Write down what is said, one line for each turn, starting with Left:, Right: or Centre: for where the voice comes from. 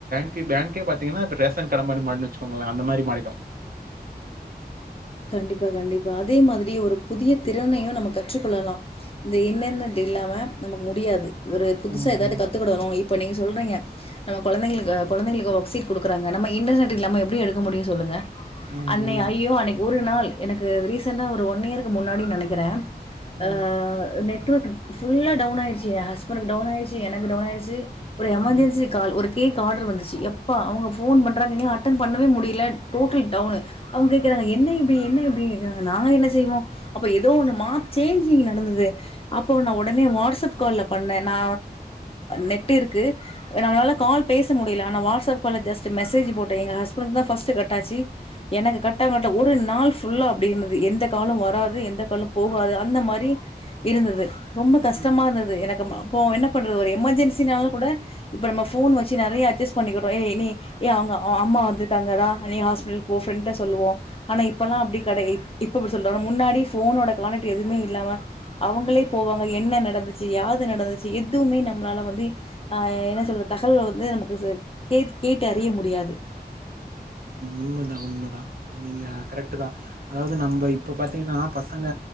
Right: பேங்கே பாத்தீங்கன்னா ரேஷன் கடை மாதிரி மாடல் வச்சுக்கோங்களே அந்த மாதிரி மாறிடும்
Left: கண்டிப்பா கண்டிப்பா அதே மாதிரி ஒரு புதிய திறனையும் நம்ம கற்றுக்கொள்ளலாம் இந்த இன்டர்நெட் இல்லாம நமக்கு முடியாது ஒரு புதுசா
Right: ம்,
Left: ஏதாவது
Right: ம்.
Left: கத்துக்கிடணும் இப்போ நீங்க சொல்கிறீங்க நம்ம குழந்தைங்களுக்கு குழந்தைங்களுக்கு ஒர்சீட் கொடுக்குறாங்க நம்ம இன்டர்நெட் இல்லம நம்ம எப்படி எடுக்க முடியும் சொல்லுங்க
Right: ம், ம்.
Left: அனனே ஐயோ அனை ஒரு நாள் எனக்கு ரீசெண்ட்டா ஒரு ஒன் இயருக்கு முன்னாடி நினைகிறேன்
Right: ம்,
Left: அ அ உனுக்குஃபுல்லா டவுன் ஆயிச்சி என் ஹஸ்ப்ன்க்கு டவுன்ஆயிச்சு எனக்கு டவுன் ஆயிச்சி. ஒரு எமர்ஜென்சி
Right: ம்.
Left: கால் ஒரு கேக் ஆர்டர் வந்துச்சு எப்பா அவங்க போன் பண்றாங்க அட்டன் பண்ணவே முடியல டோட்லி டவுன்அவங்க கேக்றாங்க என்னயிது என்னயிது இன் னுநா என்ன செய்வோம் அப்ப ஏதோ ஒன்னுமப்சேஞ் நடந்தது அபோ நா உடனே வாடஸ்அப்கால பண்ணேன்நா நெட்இருக்கு நம்மளால கால் பேச முடியல ஆனா வாட்ஸ்அப்கால் ஜெஸட் மெசேஜ் போட்டேன் எ்ங்க ஹஹ்பன்த‌ பஸ்ட் ‌கட்‌ஆச்சி எனது கட்ட ஒரு நாள் ஃபுல்லா அப்படி இருந்தது எந்த காலம் வராது எந்த காலம் போகாது அந்த மாரி இருந்தது ரொம்ப கஷ்டமா
Right: ம்.
Left: இருந்தது எனக்கு என்ன பண்ண ஒரு எமர்ஜென்சின கூட இப்ப நம்ம போன் வச்சி நிறய அஜ்ஜஸ் பண்ணிக்றோம் அம்மா வண்டங்கள நீ ஹாஸ்டல் போன்னு ப்ராண்ஸ்கிட்டசொல்வோம் ஆனா இப்பெல்லாம் அப்படி கிடையா இப்ப இப்படி சொல்றன முன்னாடி போனோட காானெக்ட் எதுவுமே இல்லாம அவங்களே போவாங்க என்ன தங்கச்சி யாது நடந்து எதுவுமே நம்மளால வந்து அஎன்ன சொல்ற தகல் வந்து நமக்கு கேட் கேட்டு அறிய முடியாது
Right: உண்மை தான் உண்மை தான் நீங்கள் கரெக்டு தான் அதாவது நம்ம இப்போ பாத்தீங்கன்னா பசங்க